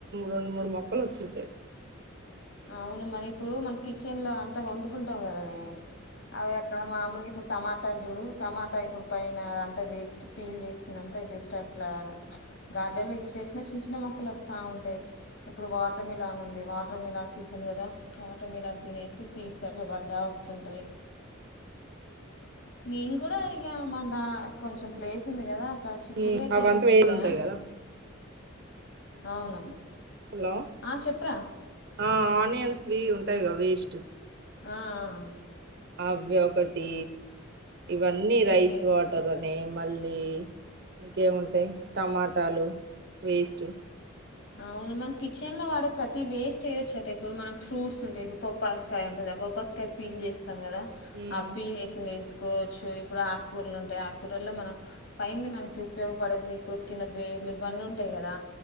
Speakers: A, on the right; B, on the left.
A: రెండు మూడు మొక్కలు ఒచ్చేసాయి
B: అవును మన ఇప్పుడు మన కిచెన్ లో అంతా వండుకుంటాం కదనే అవి అక్కడ మామూలుగా ఇప్పుడు టమా ఇప్పుడు టమాటా ఇప్పుడు పైన అంతా వేస్ట్ పీల్ చేసింత జస్ట్ అట్లా గార్డె మనం వేస్ట్ చేసిన చిన్న చిన్న మొక్కలు అస్త ఉంటాయి ఇప్పుడు వాటర్ మిలన్ ఉంది వాటర్ మిలాన్స్ సీజన్ కదా కటం ఇలాని తినేసి సీడ్స్ అట్లా పడ్డా వస్తుంటాయి నేను కూడా ఇక మ దా కొంచెం ప్లేస్ ఉంది కదా అక్కడ చిక్కుడుగా
A: ఉమ్ అవంటా
B: తీగ పెట్టా
A: వేలుంటాయి కదా
B: అవును
A: హలో
B: ఆ చెప్పురా
A: ఆ ఆనియన్ స్వి ఉంటాయిగా వేస్ట్
B: ఆ ఆ ఆ
A: అవ్వి ఒకటి ఇవన్నీ రైస్
B: ఓకే
A: వాటరనీ మళ్ళీ ఇంకేముంటాయి టమాటాలు వేస్ట్
B: అవున్ మన కిచెన్ లో వాడే ప్రతి వేస్ట్ ఎయోచట ఇప్పుడునం ఫ్రూట్స్ ఉంటాయి ఇప్పుడు బొప్పాస్కాయ ఉంటుది బొప్పస్కాయ్ పీల్ చేస్తాం కదా
A: ఉమ్
B: ఆ పీల్ చేసింది ఎస్ కోవచ్చు ఇప్పుడు ఆకుకూరలు ఉంటాయి ఆకూరల్లో మనం పైన మనకి ఉపయోగపడింది ఇప్పుడు కింద వే నీ ఇవన్నీ ఉంటాయి కదా